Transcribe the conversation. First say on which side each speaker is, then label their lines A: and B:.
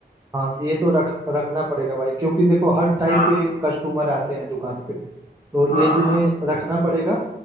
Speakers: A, on the right (about 15°); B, on the left (about 45°).
A: हाँ तो ये तो रख रखना पड़ेगा भाई क्योंकि देखो हर टाइप
B: हाँ
A: के कस्टमर आते हैं दुकान पे तो
B: हाँ
A: ये तुम्हें
B: हाँ
A: रखना पड़ेगा